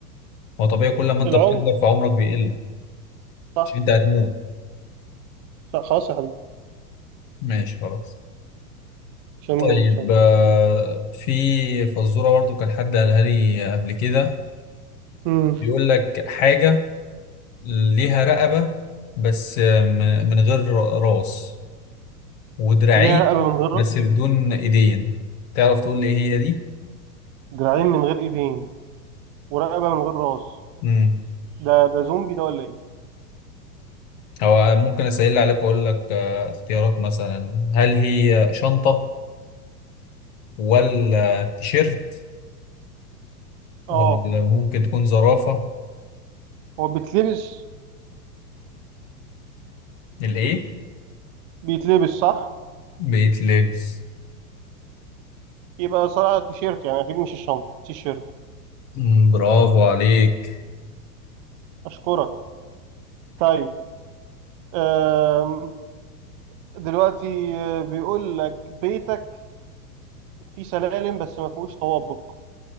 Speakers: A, on the left (about 55°); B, on the right (about 40°).
A: هو طبيعي كل ما انت
B: العمر
A: بتكبر في عمرك بيقل
B: صح
A: مش انت هتموت
B: صح خلاص يا حبيبي
A: ماشي خلاص
B: مش هنموت
A: طيب
B: ان شاء الله
A: آه، في فزوره برضو كان حد قالها لي قبل كده
B: مم.
A: بيقول لك حاجه ليها رقبه بس آه، م- من غير راس ودراعين
B: ليها رقبة من غير راس
A: بس بدون ايدين تعرف تقول لي ايه هي دي
B: دراعين من غير ايدين ورقبة من غير راس
A: امم
B: ده ده زومبي ده ولا ايه؟
A: أو ممكن أسهل عليك وأقول لك آه، اختيارات مثلا هل هي شنطة ولا تيشيرت ولا
B: اه
A: ممكن تكون زرافة
B: هو بيتلبس
A: الإيه؟
B: بيتلبس صح؟
A: بيت لبس
B: يبقى صراحة التيشيرت يعني اكيد مش الشنطة تيشيرت
A: مم، برافو عليك
B: اشكرك طيب أم... دلوقتي آه، بيقول لك بيتك فيه سلالم بس ما فيهوش طوابق